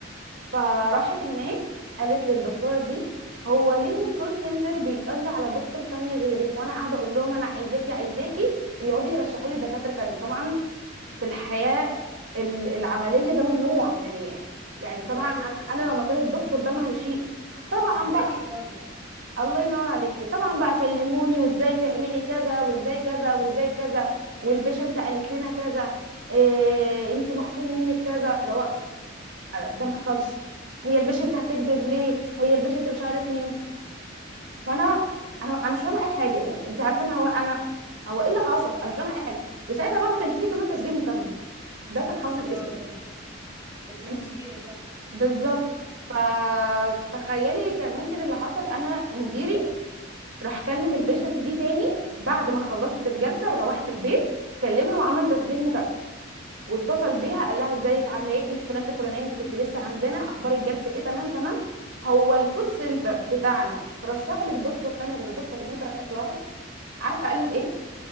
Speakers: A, on the right; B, on the right.
A: فراحت هناك قالت للدكتوره دي هو ليه الكول سنتر بيقول لي على دكتور تانية غيرك وانا قاعده اقول لهم انا عايزاكي عايزاكي ويقعدوا يرشحوا لي دكاتره تانية طبعا في الحياه ال- العمليه ده ممنوع يعني يعني طبعا
B: ايوه
A: انا
B: طبعا
A: أنا لو مكان الدكتور ده ما هيشيط طبعا
B: هتضايق
A: بقى
B: طبعا
A: الله ينور عليكي طبعا بقى كلموني وازاي تعملي كذا وازاي كذا وازاي كذا والبيشنت قالت لنا كذا إيه انت مخصوم منك كذا لو ده ما حصلش هي البيشنت هتكذب ليه هي البيشنت مش عارف مين فانا انا انا مش فاهمه اي حاجه يعني انت عارفه انا هو انا هو ايه اللي حصل انا مش فاهمه اي حاجه وساعتها بقى ما كانش فيه كمان تسجيل مكالمه ده كان حظي الاسود
B: اه فدي
A: انت
B: مشكلة صح
A: بالظبط فتخيلي كان ممكن اللي حصل انا مديري راح كلم البيشنت دي تاني بعد ما خلصت الجلسه وروحت البيت كلمها وعمل تسجيل مكالمه واتصل بيها قال لها ازيك عامله ايه انت فلانه الفلانيه انت كنت لسه عندنا اخبار الجلسه ايه تمام تمام هو الكول سنتر بتاعنا رشح لك دكتور تاني غير الدكتور اللي انت رايحه لها عارفه قالت ايه